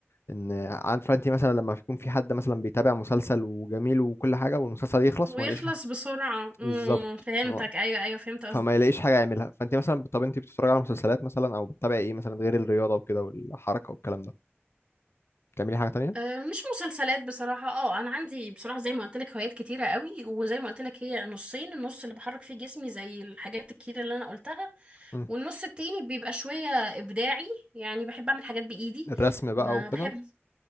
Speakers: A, on the left; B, on the right.
A: ان عارفه انت مثلا لما يكون في حد مثلا بيتابع مسلسل وجميل وكل حاجه والمسلسل يخلص
B: ويخلص
A: وما يلاقيش حاجه
B: بسرعة امم
A: بالظبط
B: فهمتك
A: ف-
B: ايوه ايوه فهمت
A: فما يلاقيش حاجه يعملها فانت مثلا طب انت بتتفرج على مسلسلات مثلا او بتتابعي ايه مثلا غير الرياضه وكده والحركه والكلام ده بتعملي حاجه تانية
B: أه، مش مسلسلات بصراحة اه انا عندي بصراحة زي ما قلت لك هوايات كتيرة قوي وزي ما قلت لك هي نصين النص اللي بحرك فيه جسمي زي الحاجات الكتيرة اللي انا قلتها
A: مم.
B: والنص التاني بيبقى شوية ابداعي يعني بحب اعمل حاجات بايدي
A: الرسم بقى
B: ما
A: وكده
B: بحبش